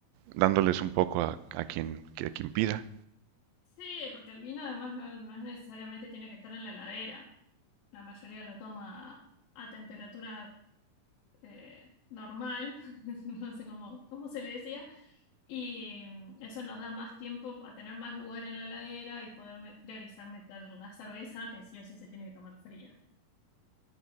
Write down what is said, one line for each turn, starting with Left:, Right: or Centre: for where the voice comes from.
Right: dándoles un poco a, a quien, a quien pida.
Left: sí, porque el vino además no, no es necesariamente tiene que estar en la heladera. La mayoría lo toma a temperatura eh, normal, <laughs> no sé cómo, cómo se le decía, y mm, eso nos da más tiempo a tener más lugar en la heladera y poder me- priorizar meter la cerveza que sí o sí se tiene que tomar fría.